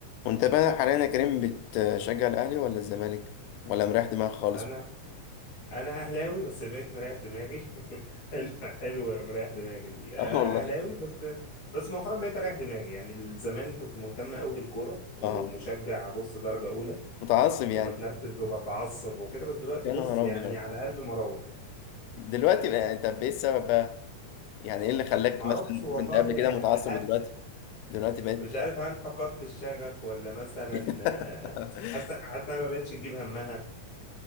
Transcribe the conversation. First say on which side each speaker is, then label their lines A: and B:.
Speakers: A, on the left (about 80°); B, on the left (about 65°).
A: وانت بقى حاليا يا كريم بتشجع الاهلي ولا الزمالك ولا مريح دماغك خالص
B: انا انا اهلاوي بس بقيت مريح دماغي <laughs> حلو حلو مريح دماغي دي آه،
A: اه والله
B: اهلاوي بس بس مؤخرا بقيت اريح دماغي يعني زمان كنت مهتم قوي بالكوره ومشجع
A: اه
B: بص درجه اولى
A: متعصب يعني
B: وبتنرفز وبتعصب وكده بس دلوقتي
A: يا
B: بص
A: نهار
B: يعني
A: ابيض
B: على قلبي مروح
A: دلوقتي بقى طب ايه السبب بقى يعني ايه اللي خلاك
B: معرفش
A: مثلا
B: والله
A: كنت قبل كده متعصب
B: ه-
A: ودلوقتي دلوقتي بقيت
B: مش عارف هل فقدت الشغف ولا مثلا
A: <laughs>
B: آه، حاسه حاسه أنا ما بقتش تجيب همها